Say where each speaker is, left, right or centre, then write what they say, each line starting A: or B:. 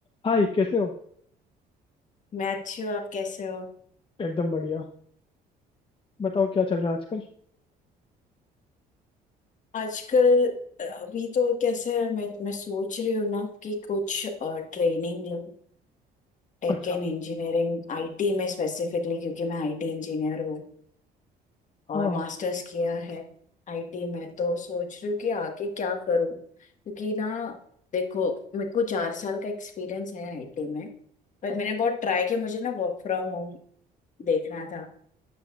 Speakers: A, on the left (about 30°); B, on the left (about 45°).
A: हाय कैसे हो
B: मैं अच्छी हूँ आप कैसे हो
A: एकदम बढ़िया बताओ क्या चल रहा है आजकल
B: आजकल अभी तो कैसे है, मैं मैं सोच रही हूँ ना कि कुछ ट्रेनिंग लूँ टेक
A: अच्छा
B: एंड इंजीनियरिंग आईटी में स्पेसिफिकली क्योंकि मैं आईटी इंजीनियर हूँ और
A: हाँ
B: मास्टर्स किया है आईटी में तो सोच रही हूँ कि आगे क्या करूँ क्योंकि ना देखो मेरे को चार साल का एक्सपीरियंस है आईटी में पर मैंने बहुत ट्राई किया मुझे ना वर्क फ्रॉम होम देखना था